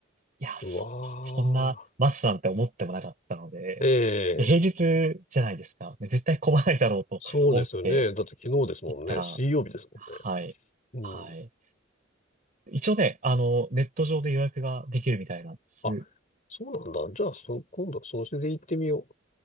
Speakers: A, on the right (about 45°); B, on the left (about 40°).
A: いや、
B: うわ
A: そ、そんな待つなんて思ってもなかったので、
B: ー。え
A: で平日じゃないですか。
B: え。
A: で絶対混まないだろうと思って
B: そうですよね。だって昨日ですもんね。
A: 行ったら、
B: 水曜日ですもん
A: はい、
B: ね。うん。
A: はい。一応ね、あの、ネット上で予約ができるみたいなんです。
B: あ、そうなんだ。じゃあ、そ、今度はそれで行ってみよ